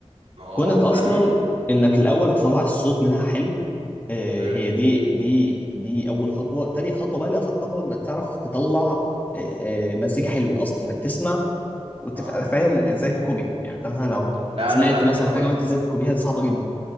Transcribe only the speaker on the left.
كونك اصلا
انك الاول تطلع الصوت منها حلو آه
هي دي دي دي اول خطوة تاني خطوة بقى اللي اصعب خطوة انك تعرف تطلع آه آه، مزيكا حلوة اصلا انك تسمع وتبقى
فاهم ازاي تكوبي يعني انت مثلا لو
سمعت
مثلا
حاجة
ما انت ازاي تكوبيها دي صعبة جدا